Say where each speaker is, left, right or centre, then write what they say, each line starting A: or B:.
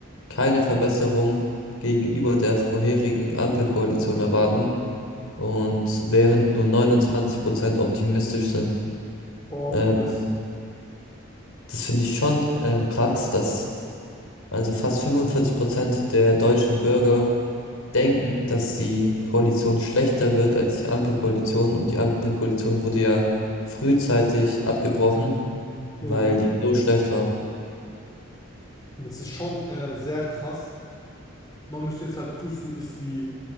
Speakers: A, on the left (about 75°); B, on the left (about 15°).
A: keine Verbesserung gegenüber der vorherigen Ampelkoalition erwarten und während nur 29 Prozent optimistisch sind.
B: Oh,
A: Ähm,
B: okay, das,
A: das finde ich schon ähm, krass, dass also fast 45 Prozent der deutschen Bürger denken, dass die Koalition schlechter wird als die Ampelkoalition. Und die Ampelkoalition wurde ja frühzeitig abgebrochen, weil
B: ja.
A: die so schlecht war.
B: Das ist schon äh, sehr krass. Man müsste jetzt halt prüfen, ist die